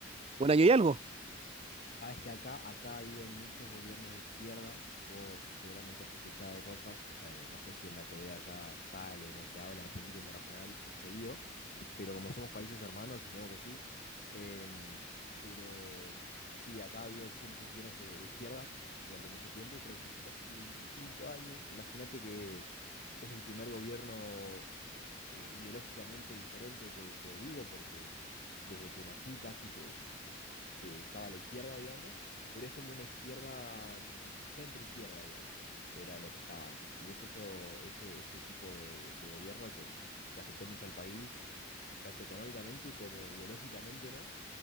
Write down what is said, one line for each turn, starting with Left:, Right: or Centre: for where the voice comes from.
Right: un año y algo?
Left: Sabes que acá, acá ha habido muchos gobiernos de izquierda. Vos seguramente has escuchado cosas. eh, no sé si en la TV de allá sale, no se habla de política internacional seguido, pero como somos países hermanos, supongo que sí. Em, pero sí, acá ha habido siempre posiciones de, de izquierdas durante mucho tiempo, creo que casi 25 años. Imagínate que es el primer gobierno eh, ideológicamente diferente que, que vivo, porque desde que nací casi que que estaba a la izquierda, digamos, pero es como una izquierda, mm, centro-izquierda, digamos, era lo que estaba antes. Y es eso, ese, ese tipo de, de gobierno que, que afectó mucho al país, tanto económicamente como ideológicamente, ¿no?